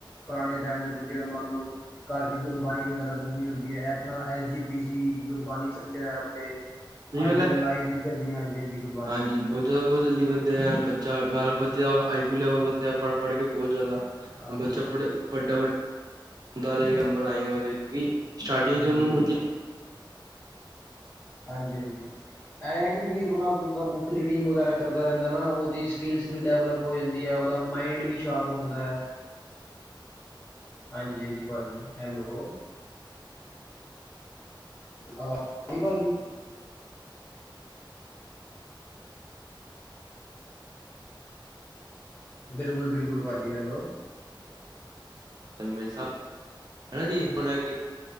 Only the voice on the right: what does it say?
ਸਹੀ
ਗੱਲ
ਹੈ
ਹਾਂਜੀ ਬੋਤ ਜ਼ਿਆਦਾ ਬੋਤ ਜਲਦੀ ਵਧ ਦਾ ਐ ਬੱਚਾ ਨਾਲ ਵਧੀਆ ਆਈ ਕੀਉ ਲੈਵਲ ਵਧ ਦਾ ਐ ਪੜ- ਪੜ ਕੇ ਬੋਤ ਜ਼ਿਆਦਾ। ਅ
ਬਚਾ
ਪੜ
ਵੱਡਾ ਵ ਹੁੰਦਾ ਰਹੇਗਾ ਨੰਬਰ ਆਏਗਾ ਉਦੇ ਕਿਉਂਕਿ ਸਟਾਰਟਿੰਗ
ਤੋਂ ਉਹਨੂੰ
ਵਧੀਆ।
ਹਮੇਸ਼ਾ ਹਨਾ ਜੀ ਬਣਾ ਕਿ